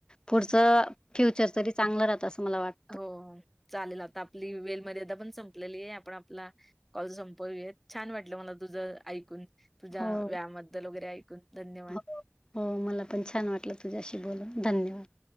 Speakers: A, on the left; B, in the centre.
A: पुढच फ्युचर तरी चांगलं राहतं असं मला वाटत.
B: हो चालेल आता आपली वेल मर्यादा पण संप आपली आहे आपण आपला कॉल संपवूया छान वाटलं मला तुझ ऐकून. तुझ्या
A: हो.
B: व्यामद्दल वगैरे ऐकून. धन्यवाद.
A: हो हो मला पण छान वाटलं तुझ्याशी बोलून धन्यवाद.